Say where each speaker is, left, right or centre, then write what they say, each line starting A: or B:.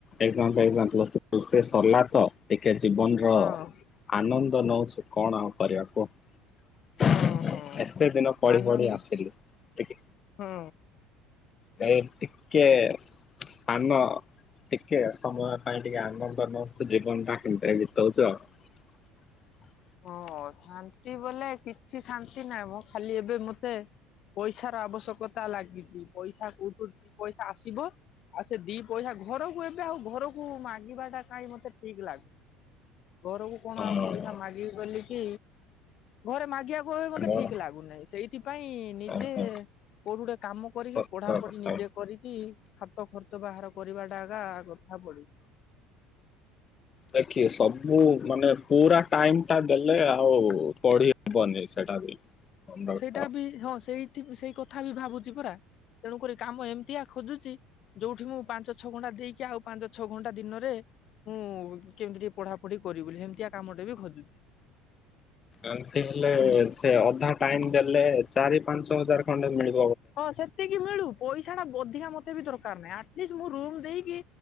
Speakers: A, on the left; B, on the left.
A: ଏକ୍ସାମ ଫେଖଜାମ୍ ପ୍ଲସ ଥ୍ରୀ ସରିଲା ତ ଟି କେ ଜୀବନର
B: ହଁ
A: ଆନନ୍ଦ ନଉଛି କଣ ଆଉ କରିବା କୁଅ
B: ହଁ ହଁ
A: ଏତେ ଦିନ ପଢି
B: ଆନନ୍ଦ
A: ପଢି ଆସିଲି ଟିକେ
B: ହଁ
A: ନାଇ ଟିକେ ସାନ ଟିକେ ସମୟ ପାଇଁ ଟିକେ ଆନନ୍ଦ ନଉଚୁ ଜୀବନ ଟା <unintelligible> ବିତଉଚୁ ଆଉ। <inaudible>
B: ହଁ ଶାନ୍ତି ବୋଲେ କିଛି ଶାନ୍ତି ନାହିଁ ମଁ ଖାଲି ଏବେ ମତେ ପଇସାର ଆବଶ୍ୟକତା ଲାଗିଛି ପଇସା କୋଉଠୁ ଦି ପଇସା ଆସିବ ଆଉ ସେ ଦି ପଇସା ଘରକୁ ଏବେ ଆଉ ଘରକୁ ମାଗିବାଟା କାହିଁ ମତେ ଠିକ ଲାଗୁନି ଘରକୁ କଣ
A: ହଁ
B: ଆଉ ପଇସା ମାଗିବି ବୋଲିକି ଘରେ ମାଗିଆକୁ <unintelligible> ମତେ
A: ମୋର
B: ଠିକ ଲାଗୁନାହିଁ ସେଇଥିପାଇଁ ନିଜେ
A: ଓହୋ
B: କୋଉଠି ଗୋଟେ କାମ କରିକି
A: ସତ
B: ପଢାପଢି
A: କଥା।
B: ନିଜେ କରିକି ହା ତ ଖର୍ଚ୍ଚ ବାହାର କରିବାଟା ଏକା କଥା ପଡିଛି।
A: ଦେଖିବେ ସବୁ ମାନେ ପୁରା ଟାଇମଟା ଦେଲେ ଆଉ ପଢି ହବନି ସେଟା ବି ମନେ
B: ସେଇଟା
A: ରଖ।
B: ବି ହଁ ସେଇଠି ସେଇ କଥା ବି ଭାବୁଛି ପରା ତେଣୁକରି କାମ ଏମିତିଆ ଖୋଜୁଚି ଯୋଉଠି ମୁଁ ପାଞ୍ଚ ଛଅ ଘଣ୍ଟା ଦେଇକି ଆଉ ପାଞ୍ଚ ଛଅ ଘଣ୍ଟା ଦିନରେ ମୁଁ କେମିତି ଟିକେ ପଢାପଢି କରିବି ବୋଲି ସେମିତିଆ କାମଟେ ବି ଖୋଜୁଛି।
A: ଏମତି ହେଲେ
B: ଏମିତି
A: ସେ ଅଧା ଟାଇମ ଦେଲେ ଚାରି ପାଞ୍ଚ ହଜାର ଖଣ୍ଡେ ମିଳି
B: ହଁ ସେତିକି ମିଳୁ ପଇ ସା ଛାଡ ଅଧିକା ମତେ ବି ଦରକାର ନାହିଁ ଆଟଲିଷ୍ଟ ମୁଁ ରୁମ ଦେଇକି